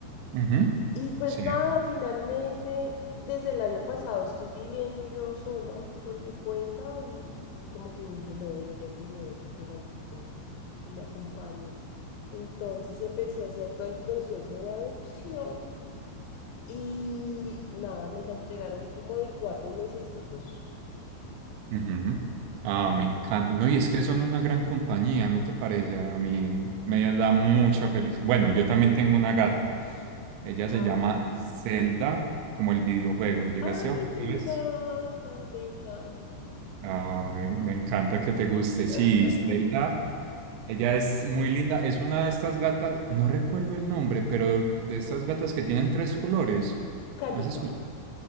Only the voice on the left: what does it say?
Y pues
nada, finalmente, desde el año pasado estoy viviendo yo sola por mi cuenta y, y como que dije, no, debería tener un gatito que me acompañe. Entonces empecé a hacer todo el proceso de adopción y nada, me la entregaron como de cuatro mesecitos.
Hace...
Ay,
me encanta, me encanta.
<laughs>
Cálica.